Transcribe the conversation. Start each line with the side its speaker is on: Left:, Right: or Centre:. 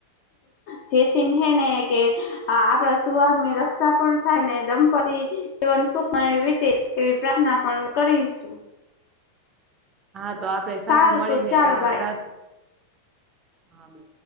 Left: જેથી ને કે આપણા સુહાગની રક્ષા પણ થાય ને દંપત જવન સુખમય રીતે એવી પ્રાર્થના પણ કરીશું.
Right: હા, તો આપણેે સાથે
Left: સારું
Right: મળીને
Left: તો ચાલ
Right: આ
Left: બાય.
Right: પ્ર હા બે